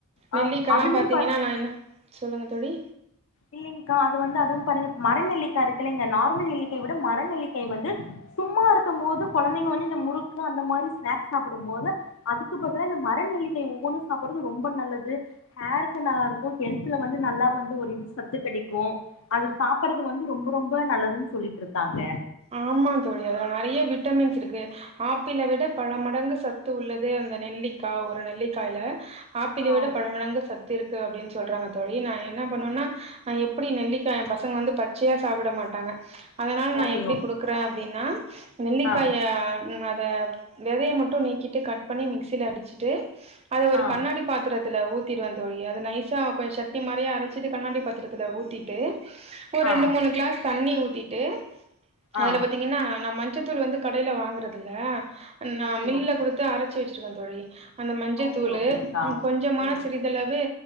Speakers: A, on the left (about 65°); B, on the right (about 30°).
A: ஆ
B: நெல்லிக்கல்லாம்
A: அதுமே
B: பாத்தீங்கன்னா
A: பாரு
B: நான் என்ன சொல்லுங்க தோழி
A: இல்லைங்கக்கா அது வந்து அதுவும் பார்ங்க மரநெல்லிக்காய் இருக்குல்லங்க நார்மல் நெல்லிக்காயவிட மரநெல்லிக்காய் வந்து சும்மா இருக்கும் போது குழந்தைங்க வந்து இந்த முறுக்கு அந்த மாதிரி ஸ்நாக்ஸ் சாப்பிடும் போது அதுக்கு பதிலா இந்த மர நெல்லிக்காய் ஒவ்வொன்னும் சாப்பிடுறது ரொம்ப நல்லது ஹேருக்கு நல்லா இருக்கும் ஹெல்தல வந்து நல்லா வந்து ஒரு இ சத்து கிடைக்கும் அது சாப்படுறது வந்து ரொம்ப ரொம்ப நல்லதுன்னு சொல்லிட்டு இருக்காங்க
B: ஆமா தோழி அதுல நிறைய விட்டமின்ஸ் இருக்கு ஆப்பிளை விட பல மடங்கு சத்து உள்ளது அந்த நெல்லிக்காய் ஒரு நெல்லிக்காயல ஆப்பிள
A: ஆ
B: விட பழமடங்கு சத்து இருக்கு அப்படின்னு சொல்றாங்க தோழி நான் என்ன பண்ணுவேனானஎப்படி நெல்லிக்காய் என் பசங்க வந்து பச்சையா சாப்பிட மாட்டாங்க அதனால் நான்
A: ஓகே
B: எப்படி
A: ஓகேங்க்கா
B: கொடுக்குறன் அப்படின்னா நெல்லிக்காய
A: ஆ
B: அத விதையை மட்டும் நீக்கிவிட்டு கட் பண்ணி மிக்ஸில அடிச்சிட்டு அது ஒரு
A: ஆ
B: கண்ணாடி பாத்திரத் ஊத்திறுவேன் தோழி அது நைசா கொஞ்சம் சட்டினி மாதிரியா அரைச்சிட்டு கண்ணாடி பாத்திரத்துல ஊத்திட்டு ஒரு
A: ஆ
B: ரண்டு மூணு கிளாஸ் தண்ணி ஊத் விட்டுட்டு
A: ஆ
B: அதுல பாத்தீங்கன்னா நம் மஞ்ச <unintelligible> வந்து கடையில வாங்கறதுல நான்
A: ஓகே
B: மில்ல
A: ஓகே
B: குடுத்து அரச்சி <unintelligible> தொழி அந்த மஞ்சத்தூளு
A: ஓகே ஓகேங்க்கா
B: கொஞ்சமான
A: ம்
B: சிறிதளவு